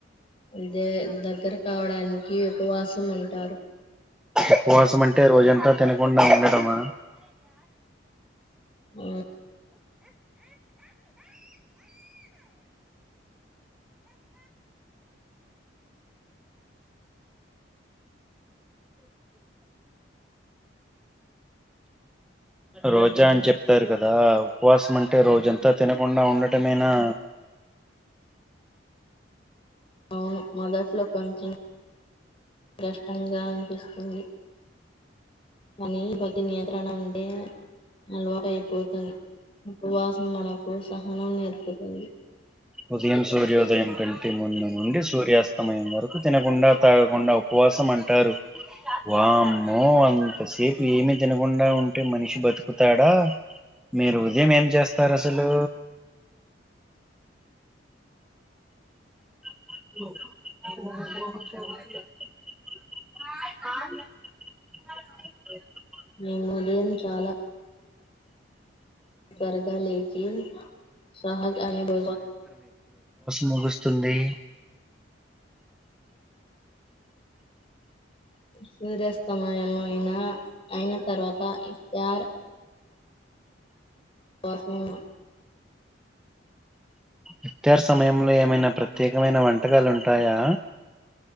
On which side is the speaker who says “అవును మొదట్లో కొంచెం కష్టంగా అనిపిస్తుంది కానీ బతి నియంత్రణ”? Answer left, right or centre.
Left